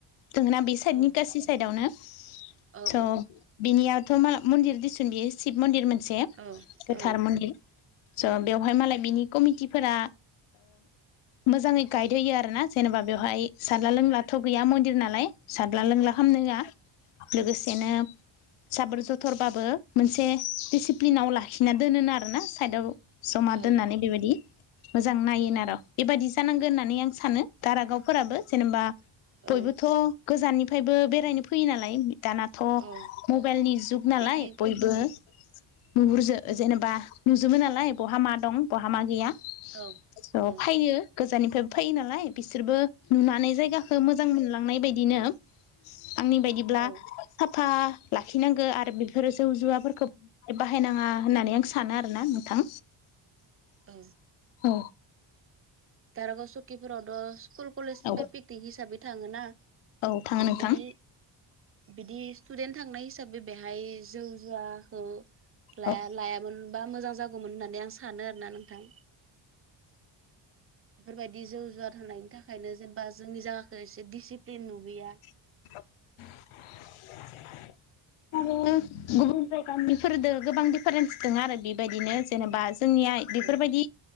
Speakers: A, on the left (about 85°); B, on the right (about 30°).
A: दोंना बे साइदनि
B: औ
A: गासै साइदआवनो
B: औ
A: स' बिनियावथ' मा मन्दिर बेयोशि मन्दिर मोन मोनसे
B: औ
A: गोथार
B: औ
A: मन्दिर स' बेवहाय मालाय बिनि कमिटिफोरा मोजाङै गाइद होयो आरोना जेनेबा बेवहाय सारला लोंलाथ' गैया मन्दिर नालाय सारला लोंला खालामामनो होवा लोगोसेनो साबोर जथरबाबो मोनसे दिडिसिप्लिनाव लाखिना दोनोनो आरोना साइदआव जमा
B: औ
A: दोननानै बेबायदि मोजां नायोन आरो' बेबायदि जानांगोन होननानै आं सानो दारागावफोराबो जेनेबा बयबोथ'
B: औ
A: गोजाननिफ्रायबो बेरायनो फैयो नालाय दानाथ'
B: औ
A: मबाइलनि जुग नालाय
B: पिकनिक
A: बयबो
B: औ
A: नुहुरजो जेनेबा
B: औ
A: नुजोबो नालाय बहा मा दं बहा मा गैया
B: औ
A: स'
B: औ
A: फैयो गोजाननिफ्रायबो फैयो नालाय बिसोरबो नुनानै जायगाखौ मोजां मोनलांनाय बायदि बिदिनो आंनि बायदिब्ला
B: औ
A: साफा लाखिनांगौ आरो बेफोरो जौ जुवाफोरखौय बाहायनाङा होननानै आं सानो आरोोना नोंथां
B: औ
A: औ
B: दारागाव सकिफोरावथ' स्कुल कलेज निफ्राय
A: औ
B: पिकनिक हिसाबै थाङो ना
A: औ थाङो नोंथां
B: बिदि बिदि स्टुदेन्ट थांनाय हिसाबै बे बेहाय जों जुवाखौ लाया
A: औ
B: लायामोन बा मोजां जागौमोन होननानै आं सानो आरोोना नोंथां बेफोरबायदि जौ जुवार होनायनि थाखायनो जेनेबा जोंनि जायााखखौ एसे डिसिप्लिन नुबोैया
A: <inaudible>
B: <inaudible>
A: आरो गुबुन जायगानिफोरजों गोबां दिफारेन्स दं आरो बेबायदिनो जेनेबा जोंनियााय बेफोरबायदि
B: औ